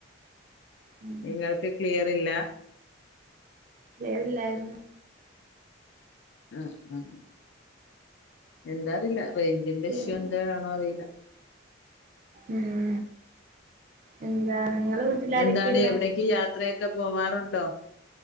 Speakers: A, on the right; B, on the left.
A: ഉം
B: നിങ്ങൾക്ക് ക്ലിയർ ഇല്ല
A: ക്ലീയറില്ലാരുന്നു
B: ആഹ ആഹ എന്താറീല്ല റേഞ്ച്ന്റെ
A: പിന്നെ
B: ഇഷ്യൂ എന്താണോ അറീല്ല
A: ഉം എന്താ ഇങ്ങളെ വീട്ടിലാരൊക്കെള്ളെ
B: എന്താണ് എവിടക്ക് യാത്രയൊക്കെ പോവാറുണ്ടോ